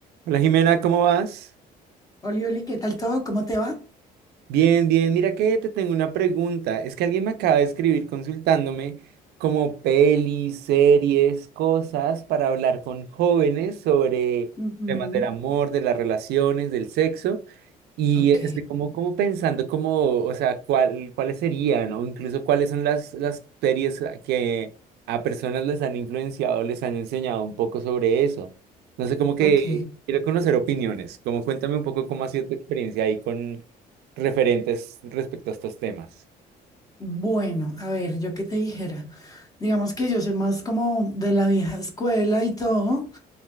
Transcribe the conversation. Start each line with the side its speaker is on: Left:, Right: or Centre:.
Right: Hola Jimena, ¿cómo vas?
Left: Oli, Oli, ¿qué tal todo? ¿Cómo te va?
Right: Bien, bien, mira que te tengo una pregunta. Es que alguien me acaba de escribir consultándome como pelis, series, cosas para hablar con jóvenes sobre
Left: Ujú,
Right: temas del amor, de las relaciones, del sexo. Y
Left: Ok,
Right: estoy como, como pensando como, o sea, cuál, cuáles serían, o incluso cuáles son las, las series a- que a personas les han influenciado, les han enseñado un poco sobre eso. No sé, como que
Left: ok.
Right: quiero conocer opiniones. Como cuéntame un poco cómo ha sido tu experiencia ahí referentes respecto a estos temas.
Left: Bueno, a ver, yo qué te dijera. Digamos que yo soy más como de la vieja escuela y todo,